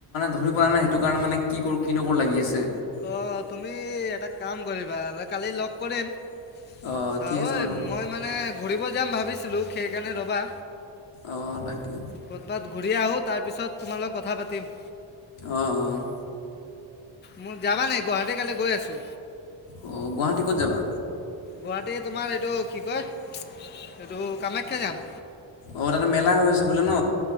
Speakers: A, on the left; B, on the left.
A: ধৰি পোৱা নাই, সেইটো কাৰণেই মানে, কি কৰোঁ, কি নকৰোঁ, লাগি আছে।
B: অ', তুমি এটা কাম কৰিবা, কালি লগ কৰিম।
A: অঁ
B: চাৱঐ
A: ঠিক আছে বাৰু
B: মই মানে ঘূৰিব যাম ভাবিছিলো, সেইকাৰণে ৰবা।
A: অ', তাকে।
B: ক'ৰবাত ঘূৰি আহোঁ, তাৰপিছত তোমাৰ লগত কথা পাতিম।
A: অ', অ'।
B: মই যাবা নেকি, গুৱাহাটী কালি গৈ আঁছো।
A: অ', গুৱাহাটী ক'ত যাবা?
B: গুৱাহাটী তোমাৰ এইটো কি কয়, এইটো কামাখ্যা যাম।
A: অ', তাতে মেলা হৈ আছে বোলে ন।